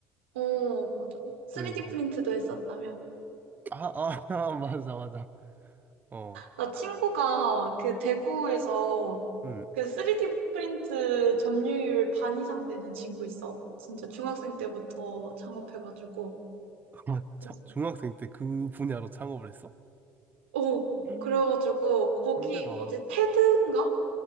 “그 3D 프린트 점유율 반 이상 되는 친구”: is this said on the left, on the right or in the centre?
Right